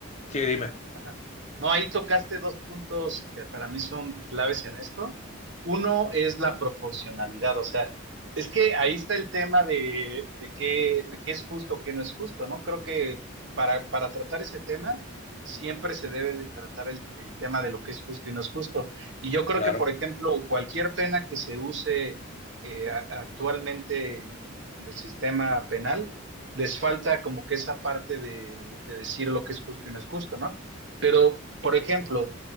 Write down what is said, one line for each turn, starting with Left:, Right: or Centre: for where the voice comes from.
Left: sí, dime,
Right: Ajá. No, ahí tocaste dos puntos que para mí son claves en esto. Uno es la proporcionalidad, o sea, es que ahí está el tema de, de qué, de qué es justo, qué no es justo, ¿no? Creo que para, para tratar ese tema siempre se debe de tratar el, el tema de lo que es justo y no es justo. Y yo creo
Left: claro,
Right: que, por ejemplo, cualquier pena que se use eh, a- actualmente en, en el sistema penal, les falta como que esa parte de, de decir lo que es justo y no es justo, ¿no? Pero, por ejemplo,